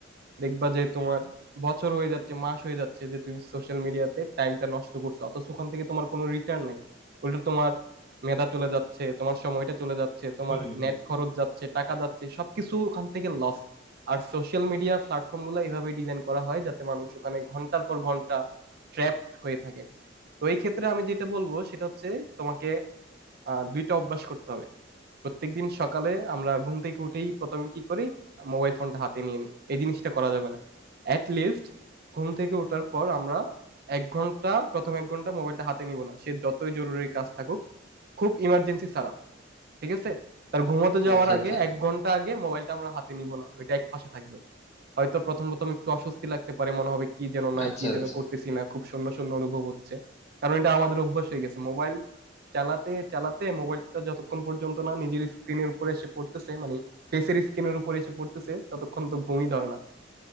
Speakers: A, on the right; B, on the left.
A: দেখবা যে তোমার বছর হয়ে যাচ্ছে মাস হয়ে যাচ্ছে যে তুমি সোশ্যাল মিডিয়াতে টাইমটা নষ্ট করছো অথচ ওখান থেকে তোমার কোনো রিটার্ন নাই উল্টো তোমার মেধা চলে যাচ্ছে তোমার সময়টা চলে যাচ্ছে তোমার
B: হুম হুম
A: নেট
B: হুম
A: খরচ যাচ্ছে টাকা যাচ্ছে সবকিছু ওখান থেকে লস আর সোশ্যাল মিডিয়া প্ল্যাটফর্ম গুলো এইভাবে ডিজাইন করা হয় যাতে মানুষ ওখানে ঘন্টার পর ঘন্টা ট্র্যাপড হয়ে থাকে তো এই ক্ষেত্রে আমি যেটা বলবো সেটা হচ্ছে তোমাকে আহ, দুইটা অভ্যাস করতে হবে প্রত্যেকদিন সকালে আমরা ঘুম থেকে উঠেই প্রথমে কি করি মোবাইল ফোনটা হাতে নিয়ে নিই এই জিনিসটা করা যাবে না অ্যাট লিস্ট ঘুম থেকে ওঠার পর আমরা এক ঘন্টা প্রথম এক ঘন্টা মোবাইলটা হাতে নিব না সে যতই জরুরি কাজ থাকুক খুব ইমার্জেন্সি ছাড়া ঠিক আছে তার ঘুমাতে যাওয়ার
B: আচ্ছা
A: আগে
B: আচ্ছা
A: এক ঘন্টা আগে মোবাইলটা আমরা হাতে নিব না ওইটা এক পাশে থাকবে হয়তো প্রথম প্রথম একটু অস্বস্তি লাগতে পারে মনে হবে কি যেন নাই
B: আচ্ছা
A: কি যেন
B: আচ্ছা
A: করতেছি না খুব শূন্য শূন্য অনুভব হচ্ছে কারণ এটা আমাদের অভ্যাস হয়ে গেছে মোবাইল চালাতে চালাতে মোবাইলটা যতক্ষণ পর্যন্ত না নিজের স্ক্রিনের উপরে এসে পড়তেছে মানে ফেসের স্ক্রিনের উপরে এসে পড়তেছে ততক্ষণ তো ঘুমই ধরে না